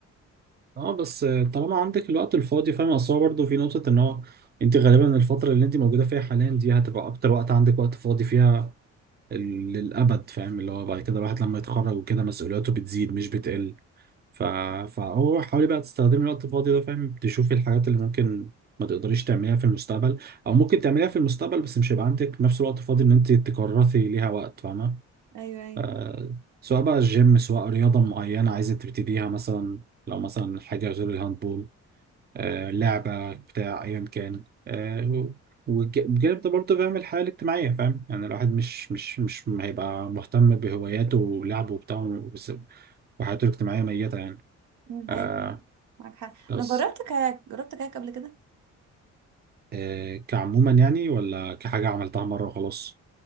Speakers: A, on the right; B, on the right.
A: اه بس طالما عندك الوقت الفاضي فاهم اصل هو برضه في نقطة ان هو انت غالبا الفترة اللي انت موجودة فيها حاليا دي هتبقى اكتر وقت عندك وقت فاضي فيها ال- للابد فاهم اللي هو بعد كده الواحد لما يتخرج وكده مسؤولياته بتزيد مش بتقل ف... فهو حاولي بقى تستخدمي الوقت الفاضي ده فاهم تشوفي الحاجات اللي ممكن ما تقدريش تعمليها في المستقبل او ممكن تعمليها في المستقبل بس مش هيبقى عندك نفس الوقت فاضي ان انت تكرسي ليها وقت فاهمة
B: ايوه ايوه
A: آه، سواء بقى الجيم سواء رياضة معينة عايزة تبتديها مثلا لو مثلا حاجة غير الهاندبول آه، لعبة بتاع أيا كان آه، وبجانب ده برضه فاهم الحياة الاجتماعية فاهم يعني الواحد مش مش مش هيبقى مهتم بهواياته ولعبه وبتاع وس- وحياته الاجتماعية ميتة يعني
B: مم،
A: آه،
B: ايوه معاك حق
A: بس
B: انا جربت كاياك جربت كاياك قبل كده
A: آه، كعموما يعني ولا كحاجة عملتها مرة وخلاص